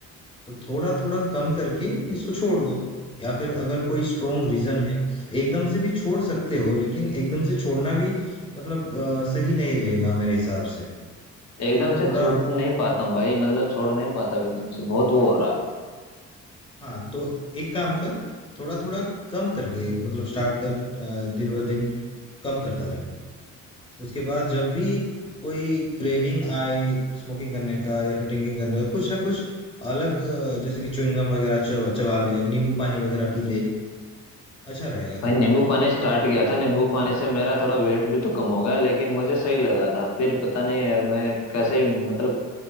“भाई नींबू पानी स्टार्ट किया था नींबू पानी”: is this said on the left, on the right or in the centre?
Left